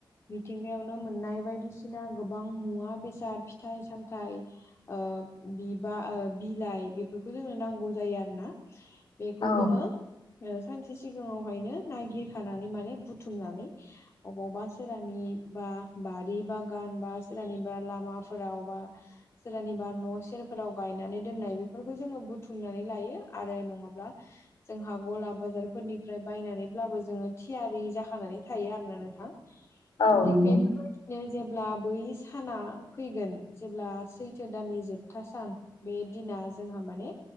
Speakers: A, on the left (about 30°); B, on the left (about 70°).
A: मिथिंगायावनो मोननाय बायदिसिना गोबां मुवा बेसाद फिथाइ सामथाइ ओ बिबा ओ बिलाइ बेफोरखौ जोंनो नांगौ जायो आरो ना बेखौ
B: औ
A: जोङो ओ सानसे सिगाङावहायनो नागिरखानानै माने बुथुमनानै अबावबा सोरहानि बा बारि बागान बा सोरहानिबा लामाफोराव बा सोरहानिबा न' सेरफोराव गायनानै दोननाय बेफोरखौ जोङो बुथुमनानै लायो आरो नङाब्ला
B: <inaudible>
A: जोंहा गला बाजारफोरनिफ्राय बायनानैब्लाबो जोङो थियारि जाखानानै थायो आरोना नोंथां
B: <inaudible>
A: थिग
B: नंगौ
A: <unintelligible> नो जेब्ला बै साना फैगोन जेब्ला सैथो दाननि जोबथा सान बे दिना जोंहा माने